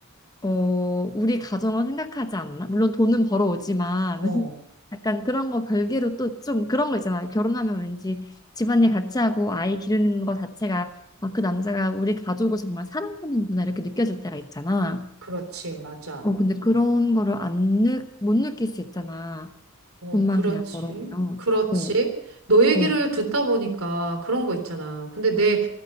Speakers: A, on the left (about 15°); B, on the right (about 70°).
A: 어, 우리 가정을 생각하지 않나? 물론 돈은 벌어오지만
B: 어,
A: <laughs> 약간 그런 거 별개로 또 좀 그런 거 있잖아요. 결혼하면 왠지 집안일 같이 하고 아이 기르는 거 자체가 아, 그 남자가 우리 가족을 정말 사랑하는구나 이렇게 느껴질 때가 있잖아.
B: 그렇지, 맞아.
A: 어, 근데 그런 거를 안 느, 못 느낄 수 있잖아.
B: 어,
A: 돈만
B: 그렇지.
A: 그냥 벌어오면.
B: 그렇지.
A: 어,
B: 너 얘기를
A: 어,
B: 듣다 보니까 그런 거 있잖아. 근데 내,